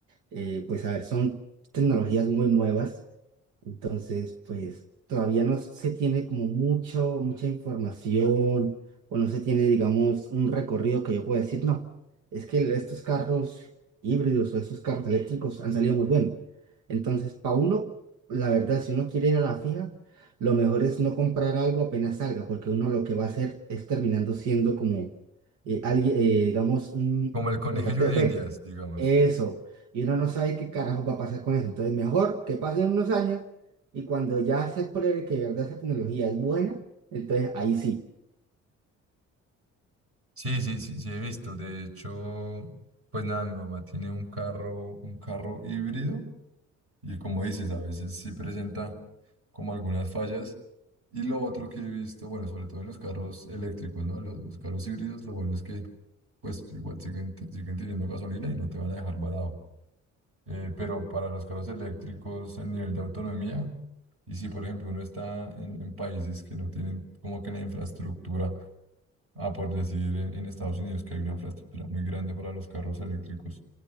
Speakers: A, on the right (about 80°); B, on the right (about 50°).
A: eh, pues a ver, son tecnologías muy nuevas. Entonces, pues todavía no se tiene como mucho, mucha información o no se tiene, digamos, un recorrido que yo pueda decir, no, es que estos carros híbridos o estos carros eléctricos han salido muy buenos. Entonces, para uno, la verdad, si uno quiere ir a la fija, lo mejor es no comprar algo apenas salga, porque uno lo que va a hacer es terminando siendo como alguien, digamos, un
B: Como el conejillo
A: beta, te-
B: de
A: beta-
B: Indias, digamos.
A: Eso. Y uno no sabe qué carajo va a pasar con eso. Entonces, mejor que pasen unos años y cuando ya se pruebe que de verdad esa tecnología es buena, entonces ahí sí.
B: Sí, sí, sí, sí he visto. De hecho, pues nada, mi mamá tiene un carro, un carro híbrido Y como dices, a veces sí presenta como algunas fallas. Y lo otro que he visto, bueno, sobre todo en los carros eléctricos, ¿no? Los, los carros híbridos, lo bueno es que pues igual siguen, te- siguen teniendo gasolina y no te van a dejar varado. Eh, pero para los carros eléctricos, el nivel de autonomía, y si por ejemplo uno está en, en países que no tienen como que la infraestructura Ah, por decir en, en Estados Unidos que hay una infraestructura muy grande para los carros eléctricos.